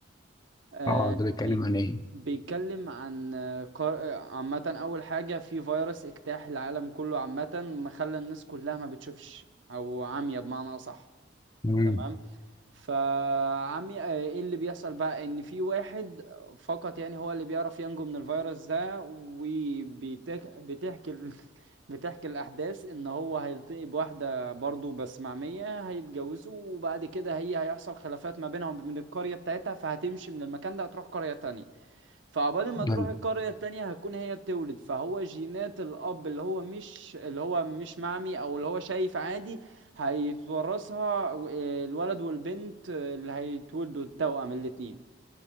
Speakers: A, on the right; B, on the left.
A: آه
B: اه ده بيتكلم
A: بي-
B: عن ايه
A: بيتكلم عن آه، قار- آه، عامة أول حاجة في فيروس اجتاح العالم كله عامة مخلى الناس كلها ما بتشوفش أو عمية بمعنى أصح
B: مم.
A: تمام فعمي آه، ايه اللي بيحصل بقى ان في واحد فقط يعني هو اللي بيعرف ينجو من الفيروس ده وبتحكي <laughs> بتحكي الاحداث ان هو هيلتقي بواحده برضه بس معميه هيتجوزوا وبعد كده هي هيحصل خلافات ما بينهم وبين القريه بتاعتها فهتمشي من المكان ده هتروح قريه تانية فعقبال ما تروح
B: أيوة.
A: القرية التانية هتكون هي بتولد فهو جينات الأب اللي هو مش اللي هو مش معمي أو اللي هو شايف عادي هيتورثها و- الولد والبنت آه، اللي هيتولدوا التوأم الاتنين